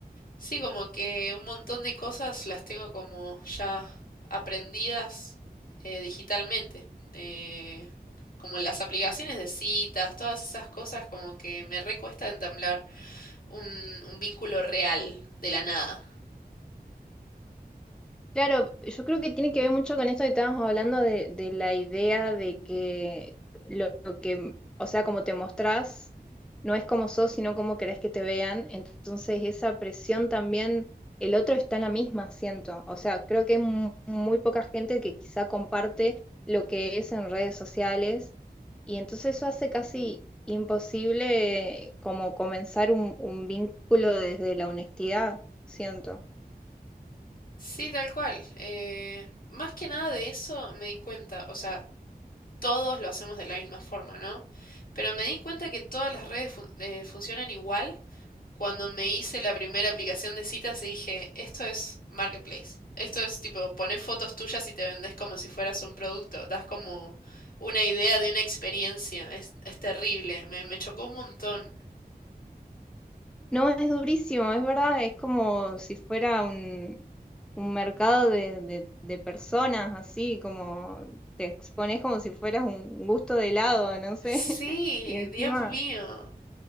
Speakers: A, on the left; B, in the centre.
A: sí, como que un montón de cosas las tengo como ya aprendidas eh, digitalmente. eh, como las aplicaciones de citas, todas esas cosas, como que me recuesta entablar un, un vínculo real de la nada.
B: Claro, yo creo que tiene que ver mucho con esto que estábamos hablando de, de la idea de que lo lo que, o sea, como te mostrás no es como sos, sino como querés que te vean. Entonces esa presión también, el otro está en la misma, siento. O sea, creo que hay mu- muy poca gente que quizá comparte lo que es en redes sociales y entonces eso hace casi imposible eh, como comenzar un, un vínculo desde la honestidad, siento.
A: Sí, tal cual. eh, más que nada de eso me di cuenta, o sea, todos lo hacemos de la misma forma, ¿no? Pero me di cuenta que todas las redes fun- eh, funcionan igual cuando me hice la primera aplicación de citas y dije, esto es marketplace. Esto es tipo, pones fotos tuyas y te vendes como si fueras un producto. Das como una idea de una experiencia. Es, es terrible. Me, me chocó un montón.
B: No, es durísimo, es verdad, es como si fuera un, un mercado de, de- de personas, así como te expones como si fueras un gusto de helado, no sé,
A: Sí,
B: <laughs> y encima,
A: Dios mío.